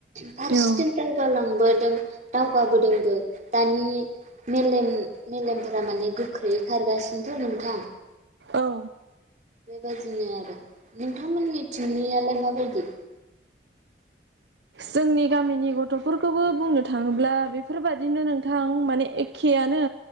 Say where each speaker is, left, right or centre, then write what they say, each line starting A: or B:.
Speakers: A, on the right; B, on the right.
A: फारसेथिं
B: औ
A: दावगालांबोदों दावगाबोदोंबो दानि मेलेम मेलेमफोरा माने गोख्रै खारगासिनोथो नोंथां।
B: औ
A: बेबायदिनो आरो नोंथांमोननि थिंनियालाय माबायदि?
B: जोंनि गामिनि गथ' फोरखौबो बुंनो थाङोब्ला बेफोरबादिनो नोंथां माने एखेयानो।